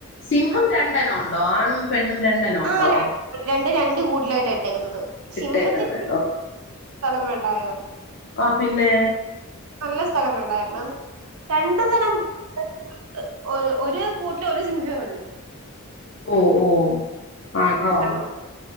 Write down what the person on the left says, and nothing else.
സിംഹം രണ്ടന ഒണ്ടോ ആണും, പെണ്ണും രണ്ടെണ്ണം ഉണ്ടോ
ഇട്ടേക്കുന്നെ
ആഹ് പിന്നെ
ഓഹ് ഓഹ് ആൺ
ഓഹ്